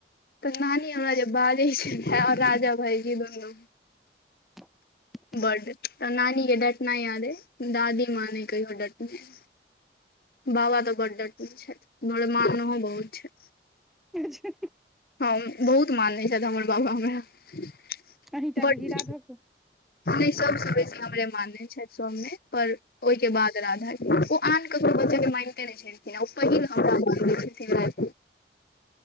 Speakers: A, on the left (about 55°); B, in the centre.
A: तऽ नानी हमरा जे बाजैछेला आ राजा भाईजी दुनू
B: <unintelligible>
A: बड्ड तऽ नानी के डंटनाइ याद अइ दादी माँ ने कहियो डंटने अइ बाबा तऽ बड डंटने छथि मारनहो बहुत छथ
B: अच्छा
A: हँ बहुत मानै छथि हमर बाबा हमरा
B: अहीं टा
A: बड
B: के कि राधो के
A: नहि सबस बेसी हमरे मानने छथि सबमे पर ओहि के बाद राधा ओ आन ककरो बच्चा के माइनते नहि छै ओ पहिल हमरा मै छथिना